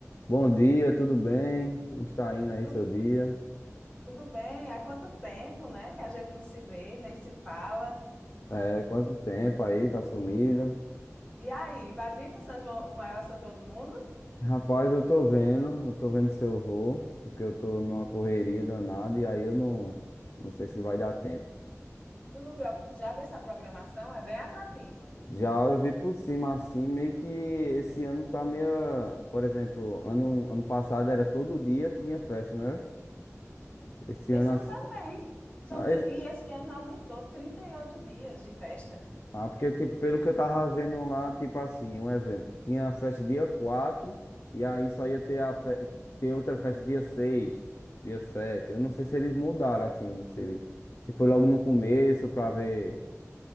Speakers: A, on the left (about 55°); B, on the left (about 25°).
A: Bom dia, tudo bem? Como está indo
B: Tudo,
A: aí seu dia?
B: tudo bem? Há quanto tempo, né? Que a gente não se vê, nem se fala.
A: É, quanto tempo aí, tá sumida?
B: E aí, vai vir para o São João, o maior São João do mundo?
A: Rapaz, eu tô vendo, eu tô vendo se eu vou, porque eu tô numa correria danada e aí eu não, não sei se vai dar tempo.
B: Tu não viu? a- já viu essa programação? É bem atrativa.
A: Já eu vi por cima assim, meio que esse ano tá meio, por exemplo, ano, ano passado era todo dia tinha festa, né? Esse
B: Esse
A: ano assim,
B: ano também. São,
A: não,
B: tri-
A: es-
B: e esse ano aumentou 38 dias de festa.
A: Ah, porque, tipo, pelo que eu tava vendo lá, tipo assim, um exemplo, tinha a festa dia 4 e aí só ia ter, a fe- ter outra festa dia 6, dia 7. Eu não sei se eles mudaram, assim, se, ele- se foi logo no começo pra ver